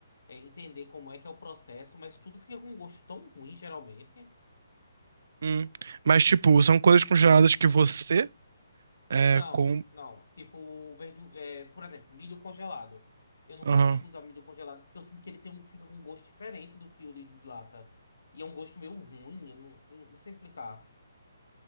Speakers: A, on the left (about 75°); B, on the right (about 60°).
A: é, entender como é que é o processo, mas tudo fica com um gosto tão ruim, geralmente.
B: Hum. Mas, tipo, são coisas congeladas que você, é,
A: Não,
B: com...
A: não. Tipo, verdu é, por exemplo, milho congelado. Eu não
B: Aham.
A: consigo usar milho congelado porque eu sinto que ele tem um, fica com um gosto diferente do que o de lata. E é um gosto meio ruim, eu não, não- não sei explicar.